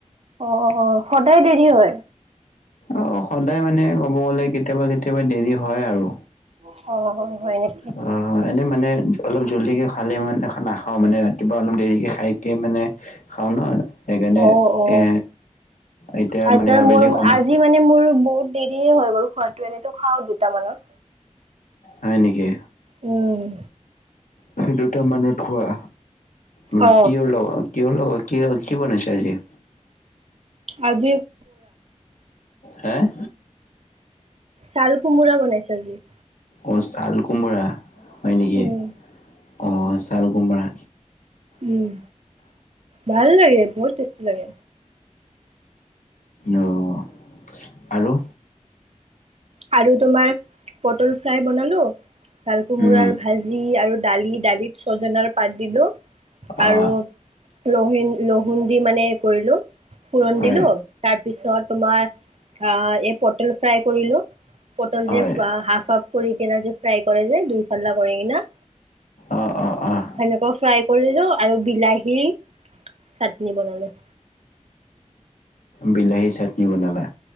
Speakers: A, on the right; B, on the left.
A: অ' অ' সদায় দেৰি হয়?
B: অঁ, সদায় মানে ক'ব গ'লে কেতিয়াবা কেতিয়াবা দেৰি হয় আৰু।
A: অঁ, হয় নেকি।
B: অঁ। এনে মানে অলপ জল্দিকে খালে মানে নাখাওঁ মানে ৰাতিপুৱা অলপ দেৰিকে খাইকে মানে- খাওঁ ন সেইকাৰণে
A: অ অ
B: এ এতিয়া
A: আজাৰ
B: মানে আবেলি
A: মোৰ
B: সময়-
A: আজি মানে মোৰ বহুত দেৰিয়েই হৈ গ'ল খোৱাটো এনেতো খাওঁ দুটামানত।
B: হয় নেকি।
A: উম।
B: দুটা মানত খোৱা, উমঁ'
A: অ
B: কিহৰ লগত? কিহৰ লগত, কি বনাইছা আজি?
A: আজি <unintelligible>
B: হেহ?
A: ছাল কোমোৰা বনাইছোঁ আজি।
B: অঁ ছাল কোমৰা, হয় নেকি
A: উম
B: অঁ ছাল কোমৰা।
A: উম। ভাল লাগে বহুত টেষ্টি লাগে।
B: অঁ, আৰু।
A: আৰু তোমাৰ পটল ফ্ৰাই বনালো, ছাল কোমোৰাৰ
B: উম
A: ভা- ভাজি আৰু দালি, দালিত ছজাৰ পাত দিলো আৰু-
B: অ
A: লহেন, লহুন দি মানে এই কৰিলো ফোৰণ
B: হয়
A: দিলো- তাৰ পিছত তোমাৰ আহ' এই পটল ফ্ৰাই কৰিলোঁ। পটল
B: হয়
A: যে হাফ-হাফ কৰি কেনে যে ফ্ৰাই কৰে যে দুইফাল্লা কৰি কিনা।
B: অঁ অঁ অঁ।
A: সেনেকৈ ফ্ৰাই কৰিলো আৰু বিলাহী চাটনি বনালো।
B: বিলাহী চাটনি বনালা।